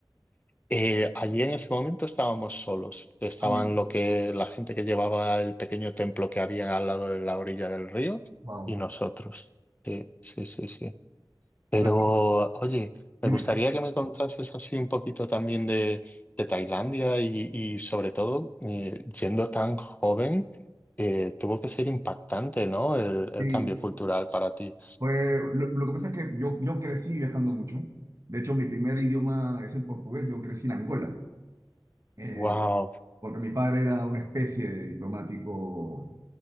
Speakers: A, on the left; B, on the right.
A: Eh, allí en ese momento estábamos solos, estaban
B: Ah, mira.
A: lo que la gente que llevaba el pequeño templo que había al lado de la orilla del río
B: Wow.
A: y nosotros.
B: O
A: Sí, sí, sí, sí. Pero,
B: sea,
A: oye,
B: dime.
A: me gustaría que me contases así un poquito también de, de Tailandia y, y sobre todo, eh, yendo tan joven, eh, tuvo que ser impactante, ¿no? El, el
B: Sí,
A: cambio cultural para ti.
B: Pues lo, lo que pasa es que yo, yo crecí viajando mucho. De hecho, mi primer idioma es el portugués. Yo crecí en Angola, eh,
A: ¡Wow!
B: porque mi padre era una especie de diplomático